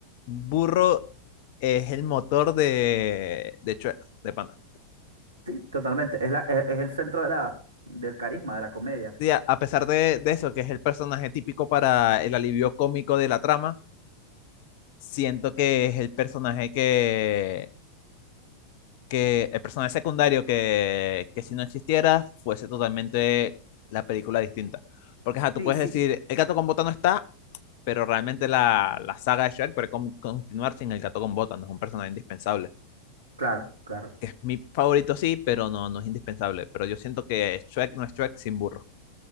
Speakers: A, on the left (about 50°); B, on the right (about 75°).
A: burro es el motor de, de Shrek, de pana.
B: Sí, totalmente. Es la, es, es el centro de la, del carisma, de la comedia.
A: Sí, a a pesar de, de eso, que es el personaje típico para el alivio cómico de la trama, siento que es el personaje que, que el personaje secundario que, que si no existiera fuese totalmente la película distinta. Porque ajá, tú
B: Sí,
A: puedes
B: sí.
A: decir, el gato con bota no está, pero realmente la, la saga de Shrek puede con- continuar sin el gato con bota, no es un personaje indispensable.
B: Claro, claro.
A: Mi favorito sí, pero no, no es indispensable. Pero yo siento que Shrek no es Shrek sin burro.